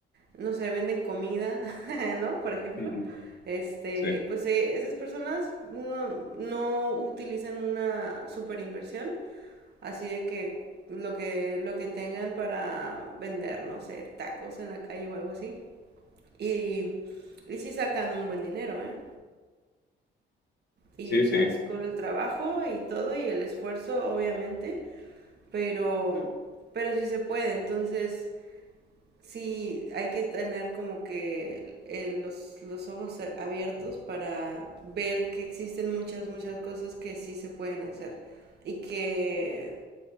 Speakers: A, on the right; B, on the left.
A: no sé, venden comida, <laughs> ¿no? Por ejemplo,
B: Ujú.
A: este,
B: Sí,
A: pues eh, esas personas no, no utilizan una super inversión Así de que lo que, lo que tengan para vender, no sé, tacos en la calle o algo así. Y, y sí sacan un buen dinero, ¿eh? Y,
B: sí,
A: o sea,
B: sí,
A: es con el trabajo y todo y el esfuerzo, obviamente, pero, pero sí se puede. Entonces, sí hay que tener como que eh, los, los ojos abiertos para ver que existen muchas, muchas cosas que sí se pueden hacer y que